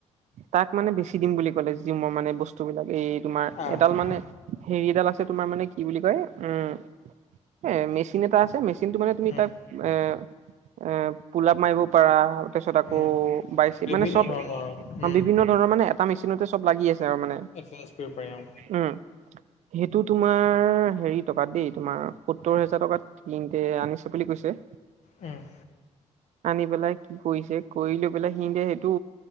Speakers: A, on the right (about 70°); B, on the left (about 65°).
A: তাক মানে বেছি দিম বুলি ক'লে যি মোৰ মানে বস্তুবিলাক এই তোমাৰ
B: অ',
A: এডাল
B: অ',
A: মানে হেৰি এডাল আছে তোমাৰ মানে কি বুলি কয় উম এ মেচিন এটা আছে মেচিনটো মানে তুমি
B: উম,
A: তাক এ এ পোলাপ মাৰিব পাৰা তাৰপিছত আকৌ
B: উম।
A: বাইচি
B: বিভিন্ন
A: মানে চব
B: ধৰণৰ আৰু
A: অ
B: উম,
A: বিভিন্ন ধৰণৰ মানে এটা মেচিনতে চব লাগি আছ মানে
B: এক্সাৰচাইজ কৰিব পাৰি অ'।
A: উম এইটো তোমাৰ হেৰি টকাত দেই তোমাৰ সত্তৰ হেজাৰ টকাত কিন্তে আনিছে বুলি কৈছে।
B: উম
A: আনি পেলাই কি কৰিছে কৰি লৈ পেলাই সি দে সেইটো